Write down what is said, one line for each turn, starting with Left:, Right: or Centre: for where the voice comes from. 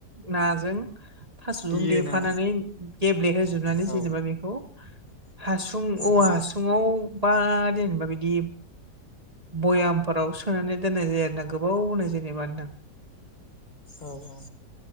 Right: नाजों थास'जों
Left: बियोना
Right: देफानानै गेब्लेहोजोबनानै
Left: औ
Right: जेनेबा बेखौ हासुं औवा
Left: औ
Right: हासुङाव बा जेनेबा बिदि बयामफोराव सोनानै दोननाय जायो आरोना गोबावनो जेनेबा नोंथां
Left: औ औ